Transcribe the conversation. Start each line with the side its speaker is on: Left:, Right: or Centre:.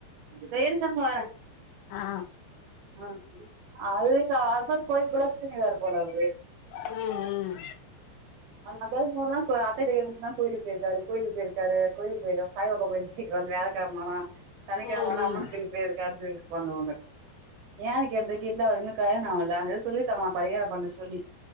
Right: வேறு சொண்ண வர
Left: ஆ
Right: அ அது இல்ல அதா கோயில் கொள சு எத்தன வேற போன அவரு
Left: ம்
Right: அந்த கேதுக்குலாம் கோ அத்த கக்குல்ல கோில போயிருக்கரு கோயிலக்கு போயிருக்காரு கோிலுக்கு போயிருக்கா சாய்பாபா கோயில்கு சீக்கிர வந்துரு வியாழக்கழம ஆனா சனிக்கழம
Left: ம் ம்
Right: ஆனா அம்மன் கு பே இருக்கான்னு சொல்லிருப்பாங்க அவங்க ஏக்குேதுக்கு இல்ல அவருன்னு கல்யணம் ஆகல்ல சொல்லிருக்காங்க நா பரியாரம் பண்ண சொல்லி